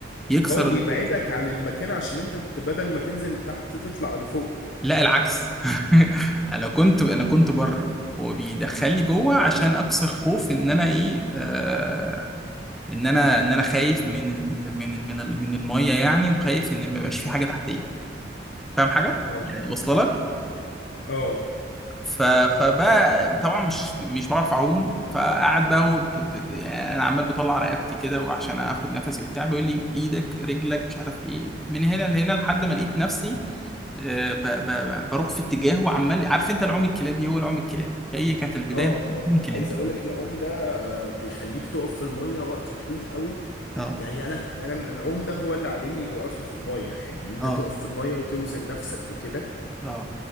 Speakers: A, in the centre; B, on the left.
A: يكسر
B: اه
A: الخوف
B: بيبعدك عن المكان عشان انت ت- بدل ما تنزل تحت تطلع لفوق
A: لا العكس <laughs> انا كنت انا كنت بره هو بيدخلني جوه عشان اكسر خوف ان انا ايه آه ان انا ان انا خايف من ال من ال من ال من الميه يعني وخايف ان ما يبقاش في حاجه تحتيه فاهم حاجه
B: اه
A: يعني
B: اه
A: واصله لك
B: اه
A: ف... فبقى طبعا مش مش بعرف اعوم فقعد بقى هو ب... ب... ب... يعني انا عمال بطلع رقبتي كده وعشان اخد نفسي وبتاع بيقول لي بايدك رجلك مش عارف ايه من هنا لهنا لحد ما لقيت نفسي آه، ب... ب... ب- بروح في اتجاه وعمال عارف انت العوم الكلابي هو العوم الكلابي هي كانت البدايه
B: اه
A: من
B: اه
A: العوم الكلابي
B: عايز اقول لك العوم ده آه، بيخليك تقف في المية وقت طويل قوي
A: اه
B: يعني انا انا العوم ده هو اللي علمني الوقفة في المية يعني ان انت
A: اه
B: تقف في المية وتوزن نفسك وكده
A: اه اه